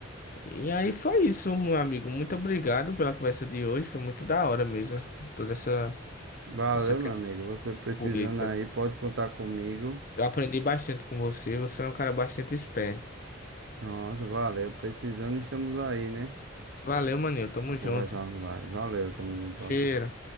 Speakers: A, on the left; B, on the right.
A: E aí foi isso, meu amigo. Muito obrigado pela conversa de hoje. Foi muito da hora mesmo, toda essa,
B: Valeu,
A: essa questão
B: meu amigo. Você precisando
A: política.
B: aí, pode contar comigo.
A: Eu aprendi bastante com você. Você é um cara bastante esperto.
B: Pronto, valeu. Precisando, estamos aí, né?
A: Valeu, maninho. Tamo
B: Pra conversar
A: junto.
B: vai Valeu, tamo junto,
A: Cheiro.
B: valeu.